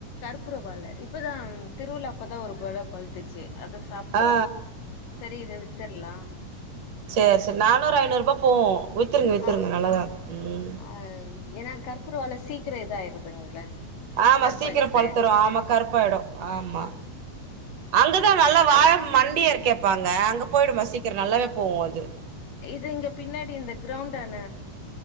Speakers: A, on the left; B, on the right.
A: பரவால்ல இப் இப்பதான் திருவிழாப்ப தான் ஒரு குல பழுத்துச்சு அத சாப்பிட்டோம்
B: ஆ
A: சரி இதை வித்துர்லாம்
B: சரி சரி நானூறு ஐநூறு ரூபா் போவு வித்துருங்க வி்ததுருங்க
A: ஆ
B: நல்லதா இருக்கும் உம்
A: ஆ ஏன்னா கற்பூர வாழ சீக்கிர இதாயிருதுங்கல
B: ஆமா
A: கருப்பாயிடுதே
B: சீக்கிரம் பழுத்துரும் ஆமா கருப்பாயிடும் ஆமா அங்கதான் நல்லா வாழ மண்டியே இருக்கு கேடப்பாங்க அங்க போயிடுமா சீக்கிரம் நல்லாவே போவும் அது
A: இது இங்க பின்னாடி இந்த கிரௌண்டான